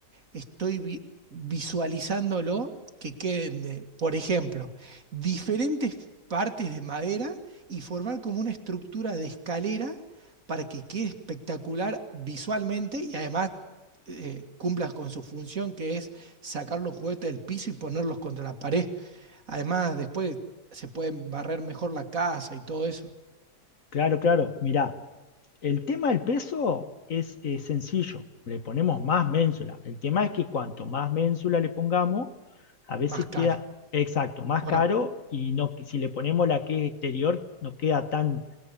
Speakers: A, on the right (about 50°); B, on the left (about 50°).
A: estoy vi- visualizándolo que queden, de- por ejemplo, diferentes partes de madera y formar como una estructura de escalera para que quede espectacular visualmente y además eh, cumplas con su función que es sacar los juguetes del piso y ponerlos contra la pared. Además, después se pueden barrer mejor la casa y todo eso,
B: Claro, claro. Mirá, el tema del peso es, eh, sencillo. Le ponemos más ménsula. El tema es que cuanto más ménsula le pongamos, a veces
A: más caro,
B: queda exacto, más
A: ¿o
B: caro
A: no?
B: y no, si le ponemos la que es exterior, no queda tan,